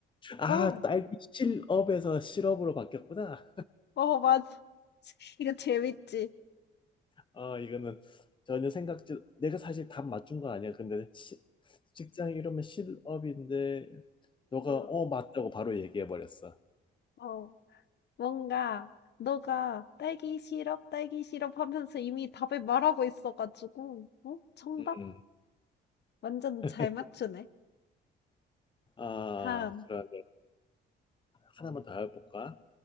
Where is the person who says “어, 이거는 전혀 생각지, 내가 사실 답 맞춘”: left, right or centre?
Left